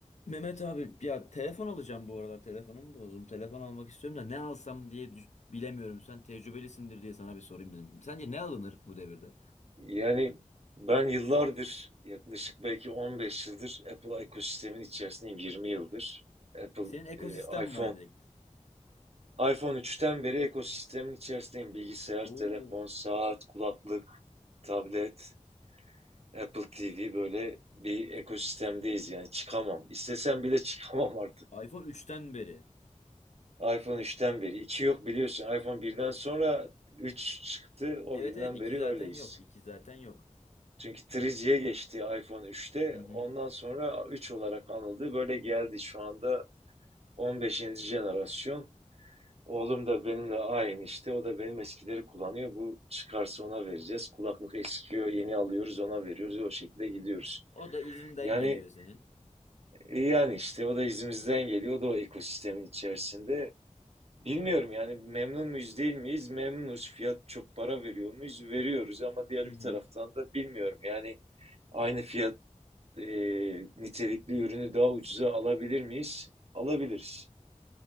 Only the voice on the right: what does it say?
Yani ben yıllardır yaklaşık belki 15 yıldır Apple ekosistemin içerisindeyim 20 yıldır. Apple
e, iPhone
iPhone 3'ten beri ekosistemin içerisindeyim. Bilgisayar,
telefon, saat, kulaklık, tablet, Apple TV böyle bir ekosistemdeyiz yani çıkamam. İstesem bile <laughs> çıkamam artık.
iPhone 3'ten beri. iki yok biliyorsun. iPhone 1'den sonra 3 çıktı. O
günden
beri
öyleyiz.
Çünkü 3G'ye geçti iPhone 3'te.
Ondan sonra 3 olarak anıldı. Böyle geldi şu anda 15. jenerasyon. Oğlum da benimle aynı işte. O da benim eskileri kullanıyor. Bu çıkarsa ona vereceğiz. Kulaklık eskiyor, yeni alıyoruz, ona veriyoruz. O şekilde gidiyoruz.
Yani
e, yani işte o da izimizden geliyor. O da o ekosistemin içerisinde. Bilmiyorum yani memnun muyuz değil miyiz? Memnunuz. Fiyat çok para veriyor muyuz? Veriyoruz ama diğer
bir
taraftan da bilmiyorum. Yani aynı fiyat e, nitelikli ürünü daha ucuza alabilir miyiz? Alabiliriz.